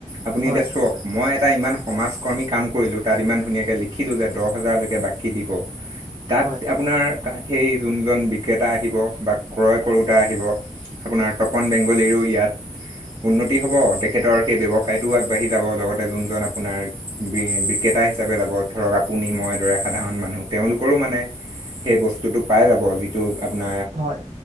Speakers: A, on the right; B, on the right.
A: আপুনি
B: হয়
A: এতিয়া চোৱক মই টা ইমান সমাজ কৰ্মী কাম কৰিলোঁ। তাত ইমান ধুনীয়াকে লিখিলো যে দহ হাজাৰলৈকে বাকী দিব। তাত
B: হয়
A: আপোনাৰ সেই জোনজন বিক্ৰেতা আহিব বা ক্ৰয় কৰোতা আহিব আপোনাৰ তপন বেংগলীৰো ইয়াত উন্নতি হ'ব। তেখেতৰ সেই ব্যৱসায়টোও আগবাঢ়ি যাব, লগতে জোনজন আপোনাৰ বি-বিক্ৰে তা হিচাপে যাব ধৰক আপুনি, মই দৰে সাধাৰণ মানুহ, তেওঁলোকৰো মানে সেই বস্তুটো পাই যাব, যিটো আপোনাৰ
B: হয়।